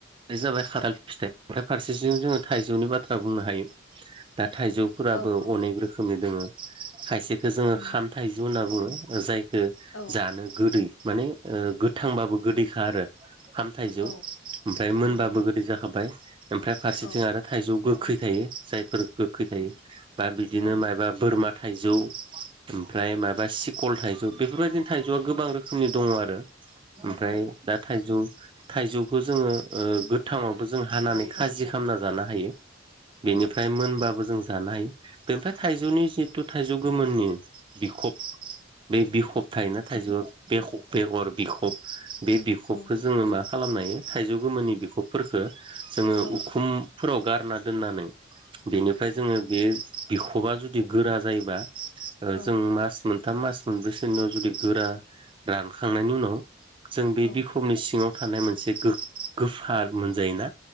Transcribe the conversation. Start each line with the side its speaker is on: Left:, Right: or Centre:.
Right: बे जाबाय खाथाल फिथाइ ओफ्राय फारसेथिं जोङो थाइजौनि बाथ्रा बुंनो हायो ।दा थाइजौफोराबो
Left: औ औ
Right: अनेक रोखोमनि दोङो खायसेखौ जोङो
Left: उम
Right: खाम थाइजौ होनना बुङो जाय
Left: औ
Right: जानो गोदै माने गोथांबाबो गोदैखा आरो ओंखाम थाइजौ
Left: औ
Right: ओमफ्राय मोनबाबो
Left: उम
Right: गोदै जाखाबाय ओमफ्राय फारसेथिं
Left: औ
Right: आरो थाइजौ गो गोखै थायो जायफोर गोखै थायो बा बिदिनो
Left: औ
Right: मायबा बोरमा थाइजौ ओमफ्राय माबा सिकल थाइजौ बेफोरबायदिनो थाइजौआ गोबां रोखोमनि दङ आरो। ओमफ्राय
Left: औ
Right: दा थाइजौ थाइजौखौ जोङो गोथाङावबो जों हानानै खाजि खालामना जानो हायो।
Left: औ
Right: बेनिफ्राय मोनबाबो जों जानाय हायो बेमफ्राय थाइजौनि जिथु थाइजौ गोमोननि बिखब बे बिखब थायोना थाइजौ बे बेगर बिखब। बे बिखबखौ
Left: औ
Right: जोङो मा खालामनो हायो थाइजौ गोमोननि बिखबफोरखो जोङो
Left: औ
Right: उखुम फोराव गारना दोननानै बेनिफ्राय जोङो बे बिखबा जुदि गोरा जायोबा
Left: औ
Right: जों मास मोनथाम मास मोनब्रैसोनियाव जुदि गोरा रानखांनायनि उनाव जों बे
Left: औ
Right: बिखमनि सिङाव थानाय मोनसे गो गोफार मोनजायोना